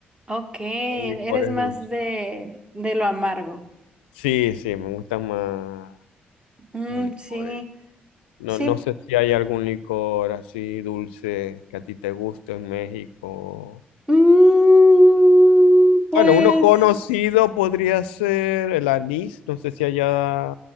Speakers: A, on the right (about 20°); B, on the left (about 80°).
A: Ok, eres
B: Los licores
A: más
B: dulces.
A: de, de lo amargo.
B: Sí, sí, me gustan más
A: Mm,
B: los licores.
A: sí,
B: No,
A: sí.
B: no sé si hay algún licor así dulce que a ti te guste en México.
A: Mm, pues.
B: Bueno, uno conocido podría ser el anís. No sé si allá...